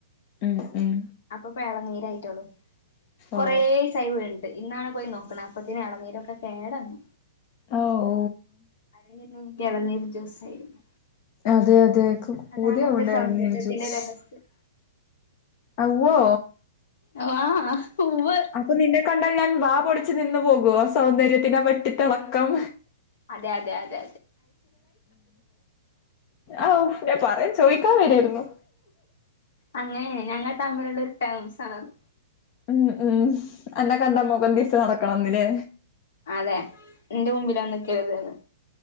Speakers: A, on the left (about 40°); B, on the left (about 65°).
A: ഉം ഉം
B: അപൊപ്പെ എളനീരായിട്ടൊള്ളു. കുറേസായി
A: ഓ
B: വീണിട്ട് ഇന്നാണ് പോയിനോക്കണ് അപ്പത്തിന് എളനീരൊക്കെ കേടന്ന്
A: ആഹ് ഓ
B: <unintelligible> ക്കേളനീര് ജൂസായിരുന്നു.
A: അതെ അതെ ക്ക്
B: അതാണെന്റെ
A: പൂതിയാവ്ണ്ട് എളനീർ
B: സൗന്ദര്യത്തിലെ
A: ജ്യൂസ്
B: രഹസ്യം
A: അവ്വോ
B: ആഹ് ഉവ്വ്.
A: അപ്പൊ നിന്നെ കണ്ടാൽ ഞാൻ വാ പൊളിച്ച് നിന്ന് പോകോ സൗന്ദര്യ ത്തിനെ വെട്ടിത്തെളക്കം
B: അതെയതെയതെ
A: ആഹ് ആഹ് ഔ ഞാൻ പറയാ ചോയിക്കാവരായിരുന്നു.
B: അങ്ങനെ ഞങ്ങള്തമ്മിലുള്ള ഒരു ടേംസാണത്.
A: ഉം ഉം അന്നെകണ്ടാ മൊഖന്തിരിച്ച് നടക്കണന്ന്ല്ലേ
B: അതെ ഇന്റെ മുമ്പിലൊന്ന്നിക്കര്ത്ന്